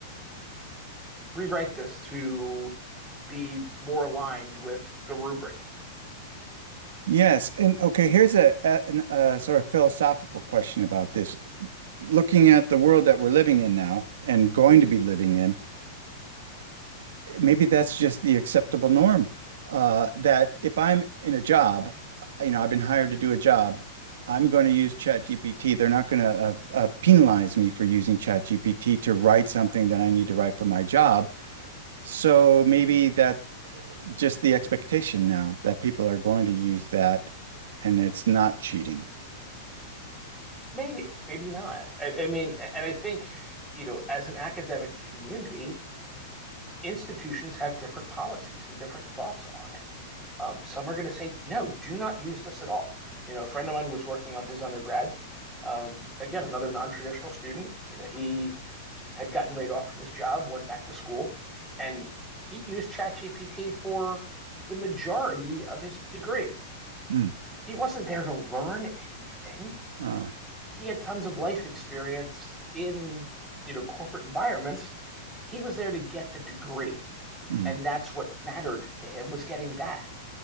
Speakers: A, in the centre; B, on the right (about 75°).
A: Rewrite this to be more aligned with the rubric."
B: Yes. And okay, here's a, a, an, a sort of philosophical question about this. Looking at the world that we're living in now and going to be living in, maybe that's just the acceptable norm. Uh, that if I'm in a job, you know, I've been hired to do a job, I'm going to use ChatGPT. They're not going to uh, uh, penalize me for using ChatGPT to write something that I need to write for my job. So maybe that's just the expectation now that people are going to use that and it's not cheating.
A: Maybe, maybe not. I, I mean, and I think, you know, as an academic community, institutions have different policies and different thoughts on it. Um, some are going to say, no, do not use this at all. You know, a friend of mine was working on his undergrad. Um, again, another non-traditional student. You know, he had gotten laid off from his job, went back to school, and he used ChatGPT for the majority of his degree.
B: Hmm.
A: He wasn't there to learn anything
B: Uh,
A: he had tons of life experience in, you know, corporate environments. He was there to get the degree,
B: hmm.
A: and that's what mattered to him was getting that.